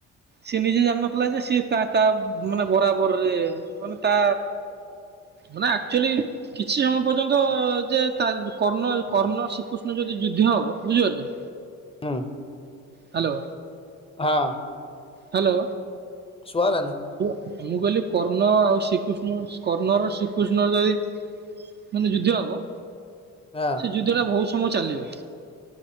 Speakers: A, on the right (about 35°); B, on the left (about 20°).
A: ସେ ନିଜେ ଜାଣିନଥିଲା ଯେ ସିଏ ତା ମାନେ ବରାବରରେ ମାନେ ତା ମାନେ ଆକ୍ଚୁଆଲି କିଛି ସମୟ ପର୍ଯ୍ୟନ୍ତ ଯେ ତା କର୍ଣ୍ଣ କର୍ଣ୍ଣ ଶ୍ରୀକୃଷ୍ଣ ଯଦି ଯୁଦ୍ଧ ହବ ବୁଝିପାରୁଚ।
B: ଉଁ।
A: ହାଲୋ।
B: ହଁ।
A: ହାଲୋ।
B: ଶୁଆ ରାନୀ
A: ମୁଁ କହିଲି କର୍ଣ୍ଣ ଆଉ ଶ୍ରୀକୃଷ୍ଣ କର୍ଣ୍ଣର ଶ୍ରୀକୃଷ୍ଣ ଯଦି ମାନେ ଯୁଦ୍ଧ ହବ
B: ହଁ
A: ସେ ଯୁଦ୍ଧ ଟା ବହୁତ ସମୟ ଚାଲିବ।